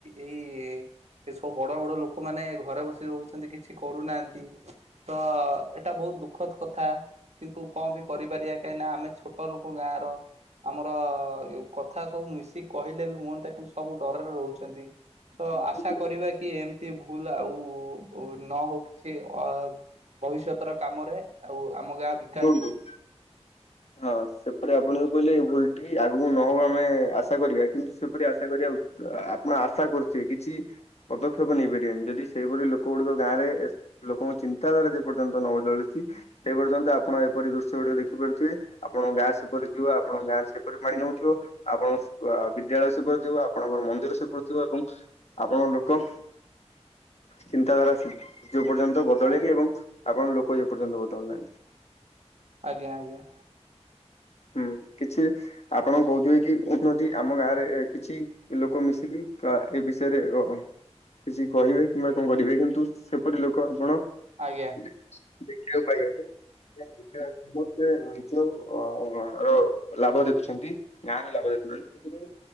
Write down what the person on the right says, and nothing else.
ଏଇ ଏ ସବୁ ବଡ ବଡ ଲୋକମାନେ ଘରେ ବସି ରହୁଛନ୍ତି କିଛି କରୁନାହାନ୍ତି ତ ଟା ବହୁତ ଦୁଃଖଦ କଥା କିନ୍ତୁ କଣ ବି କରିପାରିବା କାହିଁକି ନା ଆମେ ଛୋଟ ଲୋକ ଗାଁ ର। ଆମର କଥା ସବୁ ମିଶିକି କହିଲେ ବି ହୁଅନ୍ତା କିନ୍ତୁ ସବୁ ଡରରେ ରହୁଛନ୍ତି।
ତ ଆଶା କରିବା କି ଏମତି ଭୁଲ ଆଉ ନ ହଉ କିଛି ଅ ଭବିଷ୍ୟତ ର କାମରେ ଆଉ ଆମ ଗାଁ ଭି
ଆଜ୍ଞା ଆଜ୍ଞା।
ଆଜ୍ଞା।